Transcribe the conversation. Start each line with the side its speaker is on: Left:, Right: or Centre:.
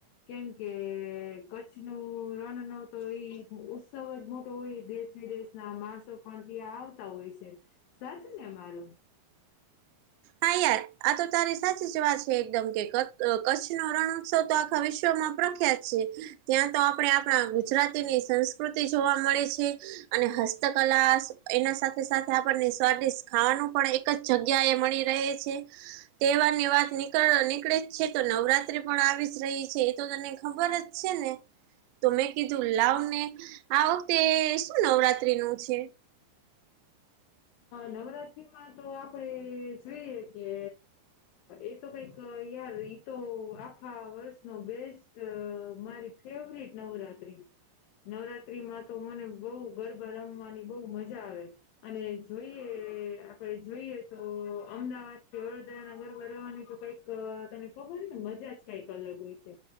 Left: કેમકે કચ્છ ન રણ ન તો ઈ ઉત્સવ જ મોટો હોય દેશ વિદેશ ના માણસો પણ ત્યાં આવતા હોય છે સાચ ને માલું
Right: હા યાર આ તો તારી સાચી જ વાત છે એકદમ કે કચ્છ નો રણોત્સવ તો ભવિષ્યમાં પ્રખ્યાત છે ત્યાં તો આપણે આપણા ગુજરાતીની સંસ્કૃતિ જોવા મળે છે અને હસ્તકલા એના સાથે સાથે આપણને સ્વાદિષ્ટ ખાવાનું પણ એક જ જગ્યા એ મળી રહે છે તહેવાર ની વાત નીકળ નીકળે જ છે તો નવરાત્રી પણ આવી જ રહી છે એ તો તને ખબર જ છે ને તો મેં કીધું લાવ ને આ વખતે શું નવરાત્રી નું છે
Left: નવરાત્રીમાં તો આપડે જોઈએ કે એ તો કઈક યાર તો આા વર્ષ નોબેસ્ટ મારી ફેવરીટ નવરાત્રી નવરાત્રી માં તો મને બહુ ગરબા રમવાની બહુ મજા આવે છે અને જોઈએ આપણે જોઈએ તો અમદાવાદ કે વડોદરા નગર બરવવાની તો કઈક અ તને ખબર હો ને મજા જ કઈક અલગ હોય છે